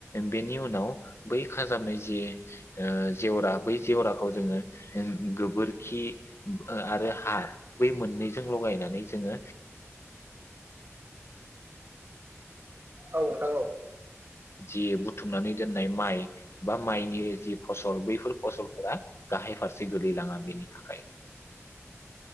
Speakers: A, on the left; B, on the right.
A: बेनि उनाव बै खाजाबनाय जि ओ जेवरा बै जेवराखौ जोङो गोबोरखि ओ आरो हा बै मोननैजों लगायनानै जोङो
B: औ ओनथां औ
A: जि बुथुमनानै दोननाय माइ बा माइनि जि फसल बैफोर फसलफोरा गाहाय फारसे गोलैलाङा बेनि थाखाय